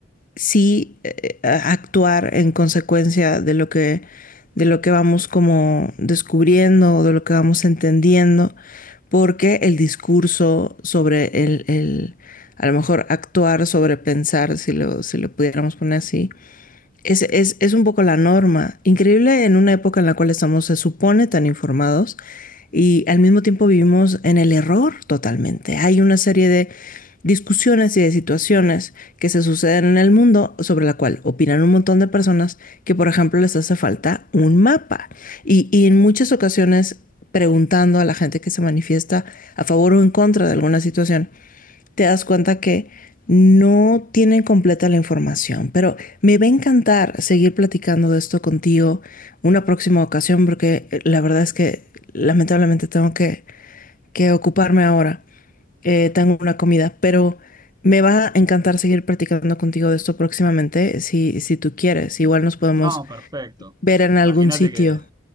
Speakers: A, on the left; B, on the right.
A: sí eh, actuar en consecuencia de lo que, de lo que vamos como descubriendo o de lo que vamos entendiendo, porque el discurso sobre el, el- a lo mejor actuar sobre pensar, si lo, si lo pudiéramos poner así, es, es, es un poco la norma. Increíble en una época en la cual estamos, se supone, tan informados y al mismo tiempo vivimos en el error totalmente. Hay una serie de discusiones y de situaciones que se suceden en el mundo sobre la cual opinan un montón de personas que, por ejemplo, les hace falta un mapa. Y, y en muchas ocasiones preguntando a la gente que se manifiesta a favor o en contra de alguna situación, te das cuenta que no tienen completa la información, pero me va a encantar seguir platicando de esto contigo una próxima ocasión porque eh, la verdad es que lamentablemente tengo que, que ocuparme ahora. Eh, tengo una comida, pero me va a encantar seguir platicando contigo de esto próximamente si, si tú quieres. Igual nos podemos
B: No, perfecto.
A: ver en
B: Imagínate
A: algún sitio.
B: que